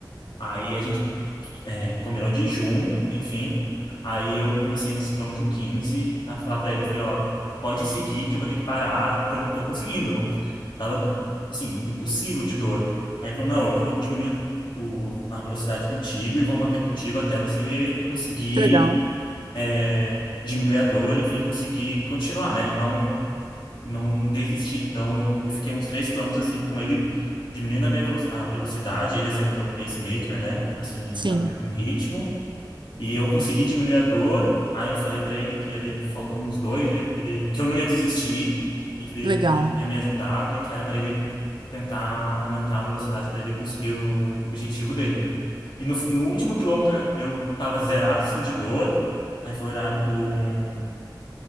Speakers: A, on the left; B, on the right.
A: Aí a gente é, combinou de ir junto, enfim. Aí eu comecei nesse quilômetro 15 a falar pra ele, eu falei, ó, pode seguir que eu vou ter que parar, porque eu não tô conseguindo, não tava assim, impossível de dor. Aí ele falou, não, eu vou diminuir o, a velocidade contigo e vou manter contigo até você conseguir
B: Que legal,
A: é, diminuir a dor, enfim, conseguir continuar, né? E não e não desistir. Então, eu fiquei uns 3 quilômetros assim com ele diminuindo a minha velo a velocidade, ele sendo meu pacemaker, né? Assim,
B: sim,
A: mantendo um ritmo e eu consegui diminuir a dor. Aí eu falei para ele que ali faltando uns dois, ele, ele- que eu não ia desistir e que ele,
B: legal.
A: tinha me ajudado e que era para ele tentar aumentar a velocidade para ele conseguir o objetivo dele. E no, no último quilômetro eu tava zerado assim de dor. Aí foi o horário o,